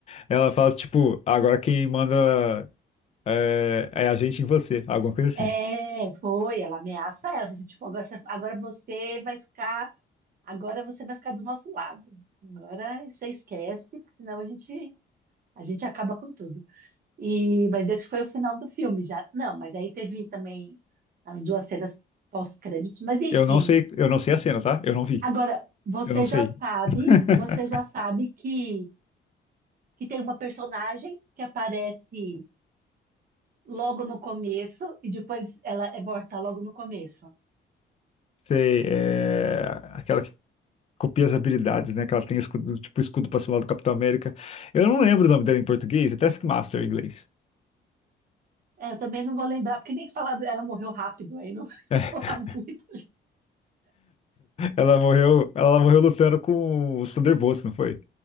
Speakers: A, on the left (about 35°); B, on the right (about 45°).
A: Ela fala, tipo, agora quem manda é, é a gente em você, alguma coisa assim.
B: É, foi, ela ameaça ela, fala assim, tipo, agora você, agora você vai ficar, agora você vai ficar do nosso lado. Agora você esquece, porque senão a gente, a gente acaba com tudo. E, mas esse foi o final do filme já. Não, mas aí teve também as duas cenas pós-créditos, mas enfim.
A: Eu não sei, eu não sei a cena, tá? Eu não vi.
B: Agora, você
A: Eu não sei.
B: já sabe,
A: <laughs>
B: você já sabe que, que tem uma personagem que aparece logo no começo e depois ela é morta logo no começo.
A: Sei, é aquela que copia as habilidades, né? Que ela tem o escudo, tipo escudo pra cima do Capitão América. Eu não lembro o nome dela em português, é Taskmaster em inglês.
B: É, eu também não vou lembrar, porque nem que falar, do- ela morreu rápido, aí não <laughs>
A: <laughs>
B: vou falar muito.
A: ela morreu, ela morreu lutando com os Thunderbolts, não foi?